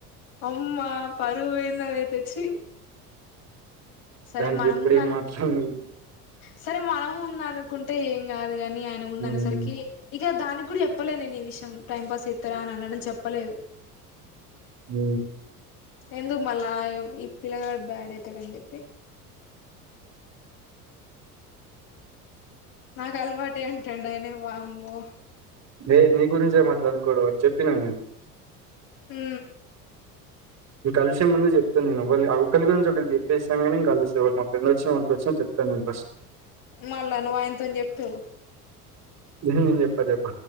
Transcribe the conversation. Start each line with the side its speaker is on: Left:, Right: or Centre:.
Left: అమ్మా పరువు పోయింద అని అయి తెచ్చి సరే
Right: దానికి
Left: మన
Right: ఎప్పుడు
Left: ముందనుకు
Right: ఏం మాట్లాడను
Left: సరే మనము ముంద అనుకుంటే ఏం కాదు కాని ఉందిరి
Right: హ్మ్
Left: ఇక దానికి కూడా చెప్పలే నేను ఈ విషయంై పాస్ చేస్తారా అ అన్నాడం చెప్పలేదు
Right: హ
Left: ఎందుకు మళ్ళా ఈ పిల్లగాడు బ్యాడ్ అయితాడని చెప్పి నాకు అలవాటు అంటండు ఆయనేవామ్మో
Right: న నీ గురించే అట్లా ఏం అనుకోడు చెప్పినాను నేను
Left: ఉ
Right: కలిసే ముందు చెప్ాను నేనుళ ఒకరి గురించి ఒకళ్ళ చెప్పేస్తాకే కలిసేవాళ్ళ మా రెం వచ్చిన మనకి వచ్చా చెప్తను నేను ఫస్ట్
Left: మళ్ళా నువ్వాయతోని చెప్తావు
Right: నేను చెప్ప చెప్ప